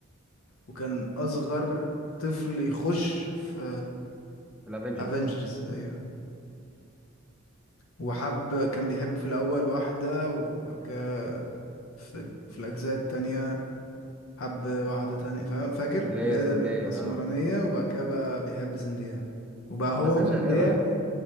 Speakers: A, on the left (about 85°); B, in the centre.
A: وكان اصغر طفل يخش في
B: الافنجرز
A: افنجرز ايوه وحب كان بيحب في الاول واحدة وكا في, في الاجزاء التانية حب واحدة تانية فا- فاكر اللي
B: اللي هي
A: هي
B: زندية
A: الاسمرانية
B: اه
A: وبعد كده بقى بيحب زندية وبقى هو
B: بس انت
A: وزندية
B: ايه رأيك